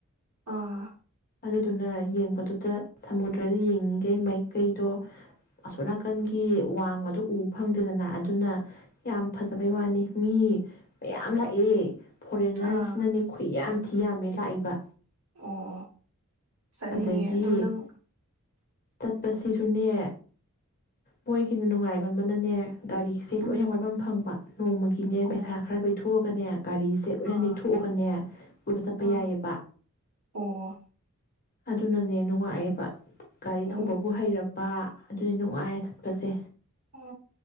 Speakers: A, on the right; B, on the left.
A: ꯑꯥ
B: ꯑꯗꯨꯗꯨꯅ ꯌꯦꯡꯕꯗꯨꯗ ꯁꯃꯨꯗ꯭ꯔꯗ ꯌꯦꯡꯉꯤꯉꯩ ꯃꯥꯏꯀꯩꯗꯣ ꯑꯁꯣꯠ ꯅꯥꯀꯟꯒꯤ ꯋꯥꯡꯃꯗꯣ ꯎꯕ ꯐꯪꯗꯦꯗꯅ ꯑꯗꯨꯅ ꯌꯥꯝ ꯐꯖꯕꯩ ꯋꯥꯅꯤ ꯃꯤ ꯃꯌꯥꯝ ꯂꯥꯛꯑꯦ ꯐꯣꯔꯦꯟꯅꯔꯁꯤꯅꯅꯦ
A: ꯑꯥ
B: ꯈꯨ ꯌꯥꯝ ꯊꯤ ꯌꯥꯝꯃꯦ ꯂꯥꯛꯏꯕ
A: ꯑꯣ ꯆꯠꯅꯤꯡꯉꯦ
B: ꯑꯗꯒꯤ
A: ꯑꯗꯣ ꯅꯪ
B: ꯆꯠꯄꯁꯤꯁꯨꯅꯦ ꯃꯣꯏꯒꯤꯅ ꯅꯨꯡꯉꯥꯏꯕ ꯑꯃꯅꯅꯦ ꯒꯥꯔꯤꯁꯦ
A: ꯎꯝ
B: ꯂꯣꯏꯅ ꯋꯥꯏꯐꯝꯝ ꯐꯪꯕ ꯅꯣꯡꯃꯒꯤꯅꯦ
A: ꯑꯣ
B: ꯄꯩꯁꯥ ꯈꯔ ꯂꯩꯩꯊꯣꯛꯑꯒꯅꯦ ꯒꯥꯔꯤꯁꯦ ꯂꯣꯏꯅ
A: ꯑꯥ
B: ꯂꯩꯩꯊꯣꯛꯑꯒꯅꯦ ꯀꯕ ꯆꯠꯄ
A: ꯑꯥ
B: ꯌꯥꯏꯑꯕ
A: ꯑꯣ
B: ꯑꯗꯨꯅꯅꯦ ꯅꯨꯡꯉꯥꯏꯑꯕ ꯒꯥꯔꯤ
A: ꯑꯣ
B: ꯊꯧꯕꯕꯨ ꯍꯩꯔꯕ ꯄꯥ ꯑꯗꯨꯗꯤ ꯅꯨꯡꯉꯥꯏꯔꯦ ꯆꯠꯄꯁꯦ
A: ꯑꯣ